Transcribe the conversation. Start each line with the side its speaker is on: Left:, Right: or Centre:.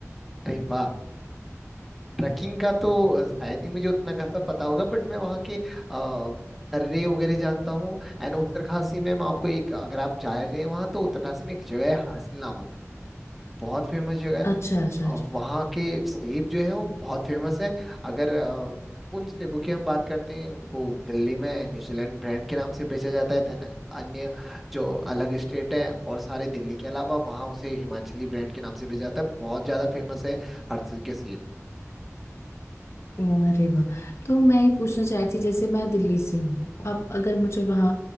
Centre: अरे वाह ट्रैकिंग का तो अ, शायद ही मुझे उतना खासा पता होगा बट मैं वहाँ के अ, दर्रे वगैरह जानता हूँ एंड उत्तरकाशी में मैं आपको एक अगर आप जा रहे हैं वहाँ तो उत्तरकाशी में एक जगह है हर्सिल नामक बहुत फेमस जगह है
Left: अच्छा अच्छा
Centre: अ,
Left: अच्छा
Centre: वहाँ के सेब जो हैं वो बहुत फेमस हैं अगर अ, उन सेबों की हम बात करते हैं उनको दिल्ली में न्यूजीलैंड ब्रांड के नाम से बेचा जाता है देन अन्य जो अलग स्टेट है और सारे दिल्ली के अलावा वहाँ उसे हिमाचली ब्रांड के नाम से बेचा जाता है बहुत ज़्यादा फेमस है हर्सिल के सेब
Left: ओह, अरे वाह तो मैं ये पूछना चाहती थी जैसे मैं दिल्ली से हूँ अब अगर मुझे वहाँ